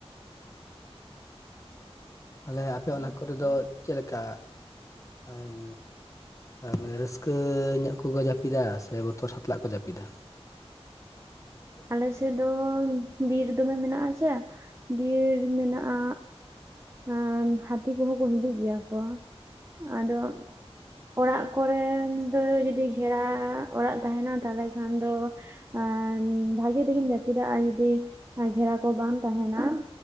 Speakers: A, on the left; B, on the right.
A: ᱛᱟᱦᱞᱮ ᱟᱯᱮ ᱚᱱᱟ ᱠᱚᱨᱮ ᱫᱚ ᱪᱮᱫ ᱞᱮᱠᱟ? ᱮᱸᱱ ᱮᱸ ᱨᱟᱹᱥᱠᱟᱹ ᱧᱚᱜ ᱠᱚ ᱠᱚ ᱡᱟᱹᱯᱤᱫᱟ ᱥᱮ ᱵᱚᱛᱚᱨ ᱥᱟᱛᱞᱟᱜ ᱠᱚ ᱡᱟᱹ ᱯᱤᱫᱟ?
B: ᱟᱞᱮ ᱥᱮᱫ ᱫᱚ ᱵᱤᱨ ᱫᱚᱢᱮ ᱢᱮᱱᱟᱜᱼᱟ ᱥᱮ, ᱵᱤᱨ ᱢᱮᱱᱟᱜᱼᱟ ᱟᱨ ᱦᱟᱹᱛᱤ ᱠᱚᱦᱚᱸ ᱠᱚ ᱦᱤᱡᱩᱜ ᱜᱮᱭᱟ ᱠᱚ ᱟᱫᱚ ᱚᱲᱟᱜ ᱠᱚᱨᱮ ᱫᱚ, ᱡᱩᱫᱤ, ᱜᱷᱮᱨᱟ ᱚᱲᱟᱜ ᱛᱟᱦᱮᱱᱟ, ᱛᱟᱦᱞᱮ ᱠᱷᱟᱱ ᱫᱚ ᱟᱸᱻ, ᱵᱷᱟᱜᱮ ᱛᱮᱜᱮᱢ, ᱡᱟᱹᱯᱤᱫᱟ ᱟᱨ, ᱡᱩᱫᱤ, ᱜᱷᱮᱲᱟ ᱠᱚ, ᱵᱟᱝ ᱛᱟᱦᱮᱱᱟ